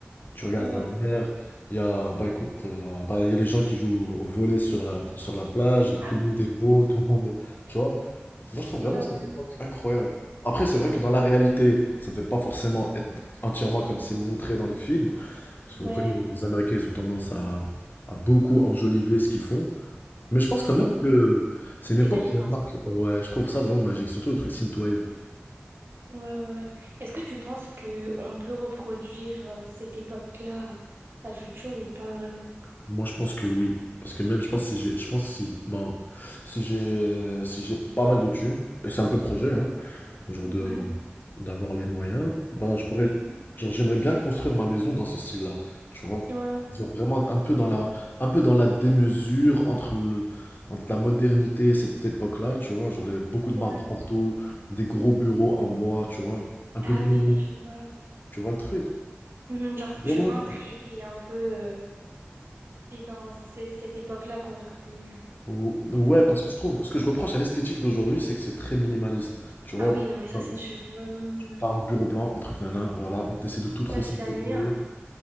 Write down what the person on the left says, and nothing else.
tu regardes
la mer, il y a, bah écoute, il y a, bah, il y a les gens qui jouent au volley sur la, sur la plage,
tout le monde est
beau, <laughs> tout le monde est, tu vois. Moi je trouve
vraiment
cette époque incroyable. Après c'est vrai que dans la réalité, ça ne devait pas forcément être entièrement comme c'est montré dans les films, parce
qu'on connaît les Américains, ils ont tendance à, à beaucoup enjoliver ce qu'ils font. Mais je pense quand
même que c'est une
époque
qui a
marqué.
Ouais, je trouve ça vraiment magique. Surtout le truc synthwave.
Moi, je pense que oui. Parce que même, je pense si j'ai, je pense si, ben, si j'ai, si j'ai pas mal de thunes, et c'est un peu le projet, hein, genre
de d'avoir les moyens, bah je pourrais
genre j'aimerais bien construire ma maison dans ce style-là, tu vois.
Genre vraiment un peu dans la un peu dans la démesure entre le- entre la modernité et cette époque-là, tu vois, genre les- beaucoup de
marbre partout, des gros bureaux en bois, tu vois, un peu
de néon,
tu vois le truc.
Vraiment.
Ou- Ouais, parce
que je trouve, ce que je reproche à l'esthétique d'aujourd'hui, c'est que c'est très minimaliste. Tu vois,
Genre,
t'as un bureau blanc, un truc nana, voilà, on essaie de tout trop
simplifier.